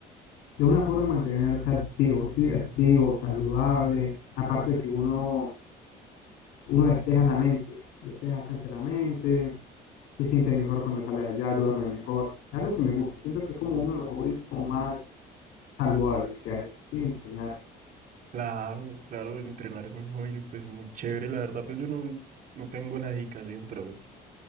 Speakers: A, on the left; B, on the right.
A: que es una forma de mantenerse activo, ¿sí? Activo, saludable. Aparte de que uno, uno despeja la mente, despeja bastante la mente, se siente mejor cuando sale de allá, duerme mejor. Algo que me gusta. Siento que es como uno de los hobbies como más saludables que hay, ¿sí? Entrenar.
B: claro, claro, entrenar es un hobby pues muy chévere, la verdad pues yo no, no tengo la dedicación, pero